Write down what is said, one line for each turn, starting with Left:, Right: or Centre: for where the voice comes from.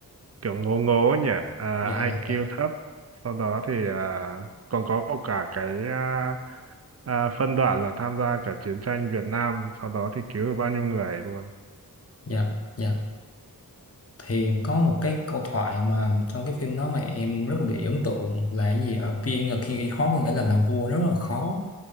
Right: kiểu ngố ngố nhỉ à,
Left: dạ dạ
Right: IQ
Left: dạ
Right: thấp sau đó thì à, còn có một cả cái à, à, phân đoạn là tham gia cả chiến tranh Việt Nam sau đó thì cứu được bao nhiêu người luôn
Left: dạ dạ thì có một cái câu thoại mà trong cái phim đó mà em rất là bị ấn tượng là cái gì ở Being a King is hard có nghĩa là làm vua rất là khó